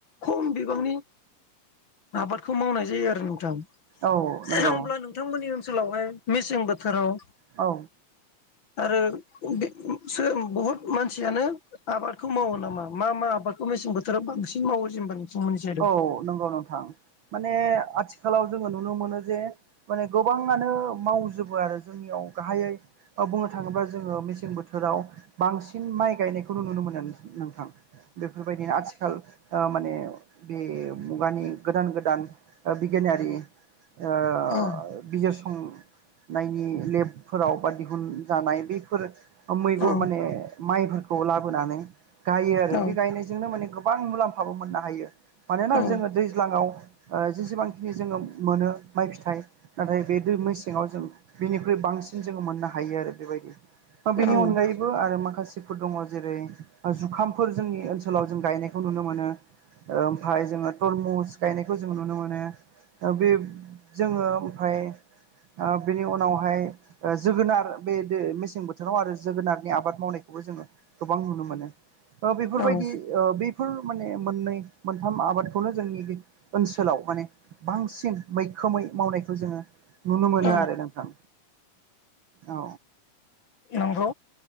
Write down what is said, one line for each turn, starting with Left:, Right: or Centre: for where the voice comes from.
Left: खम बिबांनि आबादखौ मावनाय जायो आरो नोंथां
Right: औ नंगौ
Left: होमब्ला नों नोंथांमोननि ओनसोलावहाय मेसें बोथोराव
Right: औ।
Left: आरो <unintelligible> बहुत मानसियानो आबादखौ मावो नामा मा मा आबादखौ मेसें बोथोराव बांसिन मावो जेनेबा नोंथांमोननि साइडआव
Right: औ नंगौ नोंथां माने आथिखालाव जोङो नुनो मोनो जे माने गोबाङानो मावजोबो आरो जोंनियाव गाहायै औ बुंनो थाङोब्ला जोङो मेसें बोथोराव बांसिन माइ गायनायखौनो नुनो मोनो नोंथां। बेफोरबायदिनो आथिखाल ओ माने बे मुगानि गोदान गोदान ओ बिगियानारि ओ
Left: औ
Right: बिजिरसं नायनि लेबफोराव बा दिहुनजानाय बैफोर अ मैग'
Left: औ
Right: माने माइफोरखौ लाबोनानै गायो आरो
Left: औ
Right: बे गायनाय -जोंनो माने गोबां मुलाम्फाबो मोननो हायो मानोना
Left: औ
Right: जोङो दैज्लाङाव ओ जेसेबांखिनि जोङो मोनो माइ फिथाइ नाथाय बे दै मेसेङाव जों बेनिख्रुइ बांसिन जोङो मोननो हायो आरो बेबायदि ओ बेनि
Left: औ
Right: अनगायैबो आरो माखासे -फोर दङ जेरै ओ जुखामफोर जोंनि ओनसोलाव जों गायनायखौ नुनो मोनो। ओमफाय जोङो तरमुस गायनायखौ जों नुनो मोनो बे जोङो ओमफाय ओ बेनि उनावहाय ओ जोगोनार बे बे मेसें बोथोराव आरो जोगोनारनि आबाद मावनायखौबो जोङो गोबां नुनो मोनो। ओ बेफोरबायदि
Left: औ
Right: ओ बेफोर माने मोननै मोनथाम आबादखौनो जोंनि बे ओनसोलाव माने बांसिन मैखोमै मावनायखौ जोङो नुनो मोनो
Left: औ
Right: आरो नोंथां औ।
Left: नोंगौ